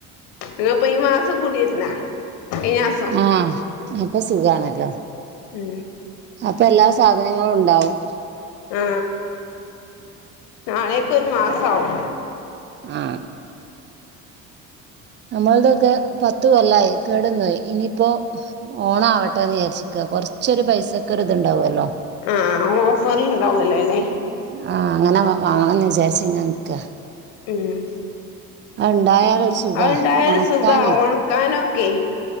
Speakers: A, on the left; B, on the right.
A: ഞങ്ങളിപ്പൊ ഈ മാസം കുടിര്ന്നാ ഈ മാസം
B: ആ അപ്പാ സുഖാണല്ലോ
A: ഉം
B: അപ്പാ എല്ലാ സാധനങ്ങളും ഇണ്ടാവും
A: ആ നാളെക്ക് ഒരു മാസാവും
B: ആ നമ്മൾതൊക്കെ പത്ത് കൊല്ലായി കേടന്നൊയി ഇനീപ്പോ ഓണആവട്ടെന്ന് വിചാരിച്ച്ക്കാ കൊർച്ചൊരു പൈസക്ക് ഒര് ഇത്ണ്ടാവല്ലോ
A: ആഹ് ഓഫറ് ഇണ്ടാവുല്ലോല്ലേ
B: ആ അങ്ങനെ വാ വാങ്ങണന്ന് വിചാരിച്ച് ഇങ്ങനെ നിക്കാ
A: ഉം
B: ഇണ്ടായാല്
A: ഉം
B: ഒരു സുഖാ
A: അഹ്ണ്ടായാലും
B: ഒണക്കാനേ
A: സുഖാ ഒൺ ക്കാനൊക്കെ